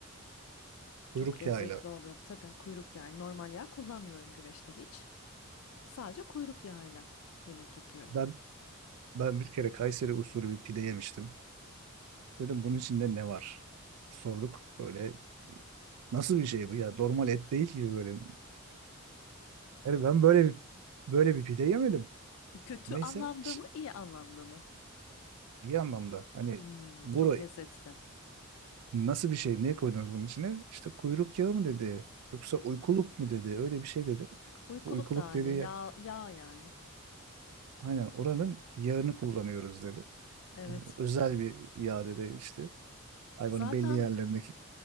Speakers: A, on the right; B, on the left.
A: kuyruk
B: Çok lezzetli
A: yağıyla
B: oluyor tabii kuyruk yağı. yani Normal yağ kullanmıyorum güveçte hiç. Sadece kuyruk yağıyla yemek yapıyorum.
A: ben ben bir kere Kayseri usulü bir pide yemiştim. Dedim bunun içinde ne var? Sorduk böyle nasıl bir şey bu ya normal et değil ki böyle. Yani ben böyle bir böyle bir pide yemedim.
B: Kötü
A: Neyse
B: anlamda
A: ş-
B: mı iyi anlamda mı?
A: iyi anlamda. Hani
B: Hmm,
A: bura
B: çok lezzetli.
A: Nasıl bir şey? Ne koydunuz bunun içine? İşte kuyruk yağı mı dedi? Yoksa uykuluk mu dedi? Öyle bir şey dedi.
B: Uykuluk
A: Bu uykuluk
B: da aynı
A: dedi.
B: yağ, yağ yani.
A: Aynen oranın yağını kullanıyoruz dedi.
B: Evet.
A: Yani özel bir yağ dedi işte. Hayvanın
B: Zaten
A: belli yerlerindeki.